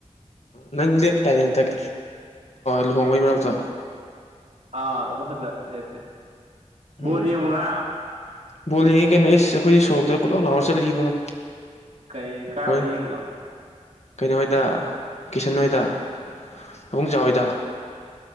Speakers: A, on the left; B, on the right.
A: ꯅꯪꯖꯦ ꯄꯦꯔꯦꯟꯇꯒꯤ ꯍꯟꯇꯛ ꯂꯨꯍꯣꯡꯕꯒꯤ ꯃꯔꯛꯇꯣ <inaudible>
B: ꯑ ꯑꯃꯨꯛ ꯍꯠꯇ ꯂꯦꯞꯄꯦ ꯕꯣꯜ
A: ꯎꯝ
B: ꯌꯦꯡꯕ꯭ꯔꯥ
A: ꯎꯝ ꯕꯣꯜꯂꯤꯉ ꯀꯩꯅꯣ ꯏꯁ ꯑꯩꯈꯣꯏꯗꯤ ꯁꯣꯔꯣꯛꯇ ꯄꯨꯂꯥꯎ ꯂꯥꯎꯔ ꯆꯠꯂꯤ ꯏꯕꯨꯡꯉꯣ
B: ꯀꯩ ꯀꯥꯏꯋꯥꯏ
A: ꯍꯣꯏ
B: ꯌꯦꯡꯉꯤꯅꯣ
A: ꯀꯩꯅꯣ ꯍꯣꯏꯗ ꯀꯤꯁꯟ ꯍꯣꯏꯗ ꯄꯕꯨꯡꯆꯥꯥ ꯍꯣꯏꯗ